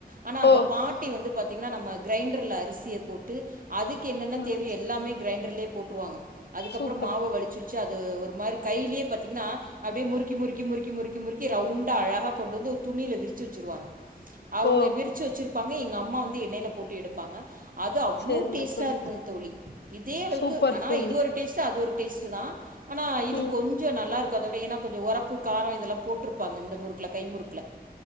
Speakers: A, on the right; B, on the left.
A: ஆனா அந்த
B: ஓ!
A: பாட்டி வந்து பாத்தீங்கன்னா நம்ம கிரைண்டர்ல அரிசிய போட்டு அதுக்கு என்னென்ன
B: ஆமா.
A: தேவையே எல்லாமே கிரைண்டர்லே போட்டுருவாங்க அதுகப்றோ
B: சூப்பர்.
A: மாவை வலிச்சு வச்சுஅது ஒரு மாரி கைலே பாத்தீங்கனா அப்டே முறுக்கி முறுக்கி முறுக்கி முறுக் முறுக்கி ரவுண்டா அழகா கொண்டு வந்து ஒரு துணியில விரிச்சு வச்சுருவாங்க அவங்க
B: ஓ!
A: விரிச்ச வச்சிருப் பாங்க எங்க அம்மா வந்து எண்ணெயில போட்டு எடுப்பாங்க அது அவ்ளோ
B: சரிங்க
A: டேஸ்ட்டா
B: தோழி.
A: இருக்கு தோழி இதே அளவுக்கு
B: சூப்பர்
A: ஆனா
B: தோழி.
A: இது ஒரு டேஸ்ட்டு அது ஒரு டேஸ்ட்டு தா ஆனா இது
B: ம்.
A: கொஞ்சோ நல்லாருக்கு அத விட ஏன்னா கொஞ்சோ ஒரப்பு காரோ இதெல்லா போட்ருப்பாங்க இந்த முறுக்குல கைமுறுக்குல